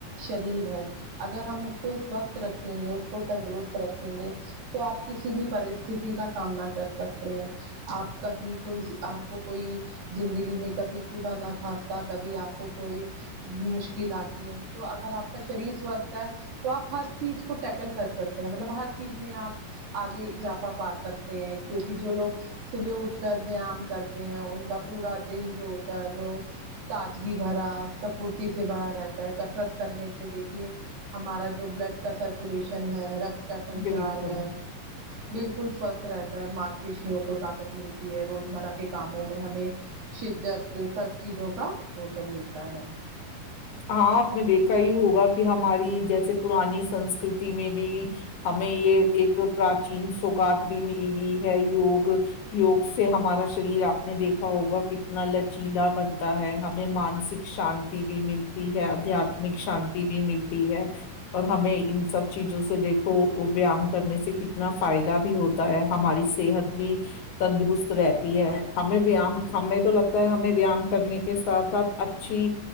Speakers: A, on the right; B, on the left.
A: شریر ہے اگر ہم اس کو سوستھ رکھیں گے اس کو تندرست رکھیں گے تو آپ کسی بھی پرستھی کا سامنا کر سکتے ہیں آپ کہیں کوئی آپ کو کوئی زندگی میں کبھی کدا نہ کھانستا کبھی آپ کو کوئی مشکل آتی ہے تو اگر آپ کا شریر سوستھ تو آپ ہر چیز کو ٹیکل کر سکتے ہیں مطلب ہر چیز میں آپ آگے اضافہ پا سکتے ہیں کیوںکہ جو لوگ صبح اٹھ کر ویام کرتے ہیں ان کا پورا دن جو ہوتا ہے وہ تجگی بھرا سفورتی سے بڑا رہتا ہے کسرت کرنے سے دیکھیے ہمارا جو بلڈ کا سرکولیشن ہے رک کا سنچار
B: بالکل
A: ہے بالکل سوستھ رہتا ہے ماس پیشیوں کو طاقت ملتی ہے روز مرہ کے کاموں میں ہمیں شدت سب چیزوں کا وہ سب ملتا ہے
B: ہاں آپ نے دیکھا ہی ہوگا کہ ہماری جیسے پرانی سنسکرتی میں بھی ہمیں یہ ایک پراچین سوگات بھی ملئی ہے یوگ یوگ سے ہمارا شریر آپ نے دیکھا ہوگا کتنا لچیلا بنتا ہے ہمیں مانسک شانتی بھی مل آدھتمک شانتی بھی ملتی ہے اور ہمیں ان سب چیزوں سے دیکھو وہ ویام کرنے سے کتنا فائدہ بھی ہوتا ہے ہماری صحت بھی تندرست رہتی ہے ہمیں وم ہمیں تو لگتا ہے ہمیں ویام کرنے کے ساتھ ساتھ اچھی